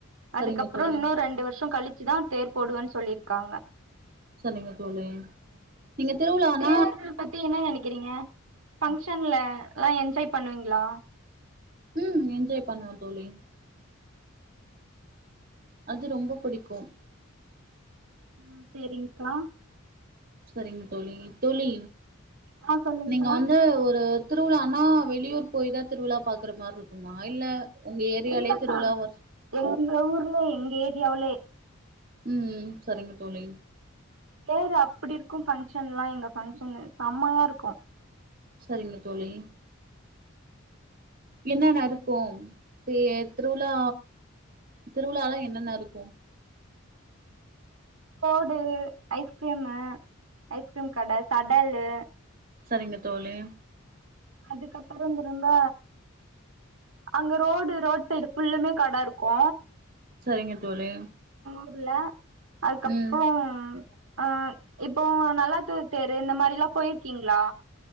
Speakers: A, on the right; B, on the right.
A: சரிங்க
B: அதுக்கப்புற
A: தோழி
B: இன்னு ரெண்டு வருஷோ கழிச் ச்சுதா தேர் போடுவன்னு சொல்லியிருக்காங்க
A: சரிங்க தோழி நீங்க திருவிழானா
B: தேர்தல் பத்தி என்ன நெனைக்கிறீங்க ஃபங்சன்ல அதலா என்ஜாய் பண்ணுவீங்களா
A: உ என்ஜாய் பண்ணுவோ தோழி அது ரொம்ப புடிக்கு
B: உ சரிங்க்கா
A: சரிங்க தோழி தோழி
B: ஆ சொல்லுங்க்கா
A: நீங்க வந்து ஒரு திருவிழானா வெளியூர் போய்தா திருவிழா பார்க்குற மாரி இருக்குமா இல்ல உங்க ஏரியாலயே
B: இல்லக்கா
A: திருவிழா வர்ஷ்
B: எங்க ஊர்ல எங்க ஏ எவ்ளே
A: உம் சரிங்க தோழி
B: தேரு அப்டி இருக்கு ஃபங்க்ஷன்லா எங்க ஃபங்க்ஷன் செம்மயா இருக்கு
A: சரிங்க தோழி என்னென்ன இருக்கு தேர் திருவுழா திருவுழாலா என்னென்ன இருக்கு
B: தோடு ஐஸ்கிரீமு ஐஸ்கிரீம் கட கடலு
A: சரிங்க தோழி
B: அதுக்கப்புறோ ரொம்ப அங்க ரோடு ரோடு சைடு ஃபுல்லுமே கட இருக்கு
A: சரிங்க தோழி
B: புல அதுக்கப்றோம்
A: ம்
B: அ இப்போ நல்லாத்தூர் தேரு இந்த மாரில்லா போயிருக்கீங்ளா